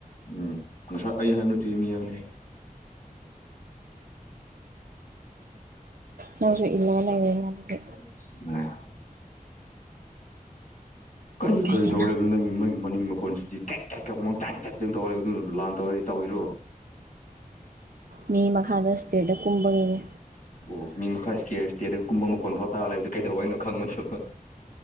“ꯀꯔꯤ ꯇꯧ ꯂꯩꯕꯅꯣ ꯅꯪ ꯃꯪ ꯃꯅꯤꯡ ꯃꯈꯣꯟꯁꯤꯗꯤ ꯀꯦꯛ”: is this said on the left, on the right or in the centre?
Left